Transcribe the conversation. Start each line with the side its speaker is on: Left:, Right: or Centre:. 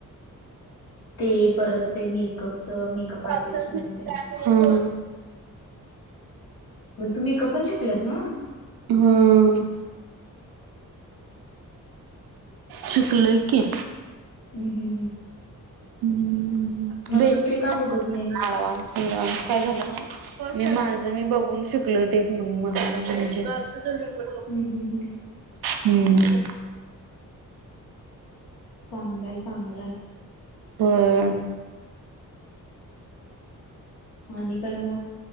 Left: ते परत ते मेकअपच मेकअप आर्टिस्ट
Right: हा.
Left: मध्ये ते
Right: हम्म.
Left: मग तुम्ही मेकअप शिकलास ना
Right: हमम. शिकलोय की
Left: हम हम हम.
Right: हम्म बेस
Left: तू ते का बघत नाहीस
Right: ॲडव्हान्स काय झालं नाही मी माझं मी बघून शिकलो ते फोन मधून म्हणजे <unintelligible>
Left: हम हम हम.
Right: हमम.
Left: चांगलंय चांगलंय.
Right: होय.
Left: आणि काय मग?